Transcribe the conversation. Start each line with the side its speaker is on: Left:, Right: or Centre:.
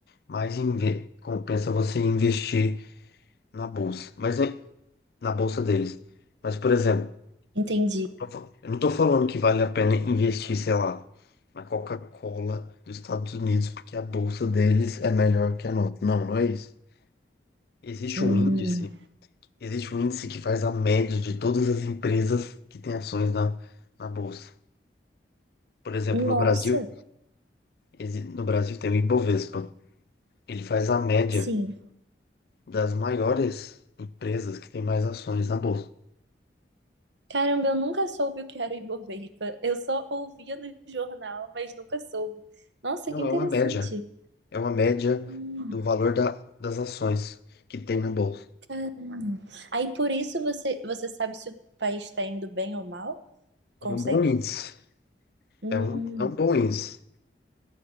Left: mais inve- compensa você investir na bolsa, mas é na bolsa deles. Mas, por exemplo,
Right: Entendi.
Left: Não tô- Eu não tô falando que vale a pena investir, sei lá, na Coca-Cola dos Estados Unidos, porque a bolsa deles é melhor que a nossa. Não, não é isso. Existe
Right: Hum,
Left: um índice, existe um índice que faz a média de todas as empresas que têm ações na, na bolsa. Por exemplo,
Right: nossa,
Left: no Brasil, exi- no Brasil tem o Ibovespa. Ele faz a média
Right: sim.
Left: das maiores empresas que têm mais ações na bolsa.
Right: Caramba, eu nunca soube o que era o Ibovespa. Eu só ouvia no jornal, mas nunca soube. Nossa,
Left: Não,
Right: que interessante.
Left: é uma média. É uma média
Right: Hum,
Left: do valor da- das ações que tem na bolsa.
Right: caramba. Aí por isso você, você sabe se o país está indo bem ou mal? Consegue?
Left: É um bom índice.
Right: Hum,
Left: É um, é um bom índice.